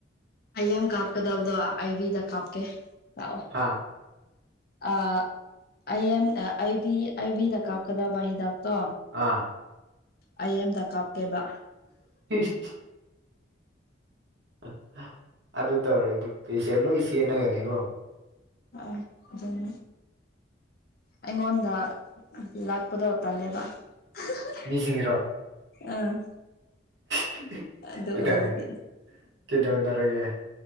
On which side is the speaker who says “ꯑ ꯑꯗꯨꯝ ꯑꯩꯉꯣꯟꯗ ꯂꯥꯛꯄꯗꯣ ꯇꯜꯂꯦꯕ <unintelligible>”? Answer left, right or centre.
Left